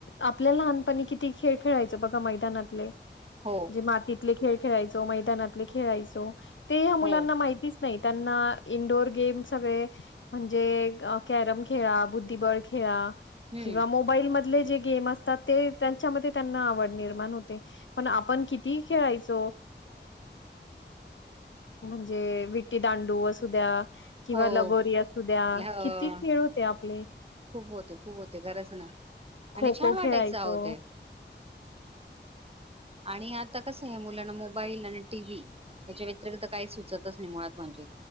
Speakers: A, on the left; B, on the right.
A: आपल्या लहानपणी किती खेळ खेळायचं बघा मैदानातले म्हणजे
B: हो
A: मातीतले खेळ खेळायचो मैदानातले खेळायचो ते ह्या मुलांना
B: हो
A: माहिती नाही त्यांना इंडोअर गेम सगळे म्हणजे कॅरम खेळा बुद्धिबळ खेळा
B: हम्म
A: किंवा मोबाईल त त्यां आवड निर्माण होते पण आपण किती खेळायचो म्म्हणजे विटी दांडू असतो असुद्या किंवा
B: हो
A: लगोरीि असू द्या
B: अ,
A: किती खेळ होते आपले
B: खूप होते खूप होते खरंच ना
A: खो
B: आणि छान
A: खो
B: वाटायचं
A: खेळायचो
B: आहो ते आणि आता कसं या मुलांना मोबाईल आणि टीव्ही याच्या व्यतिरिक्त काही सुचतच नाही मुळात म्हणजे